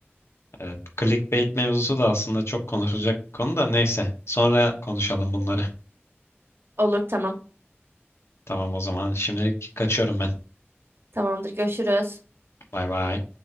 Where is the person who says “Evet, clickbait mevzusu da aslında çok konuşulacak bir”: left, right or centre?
Left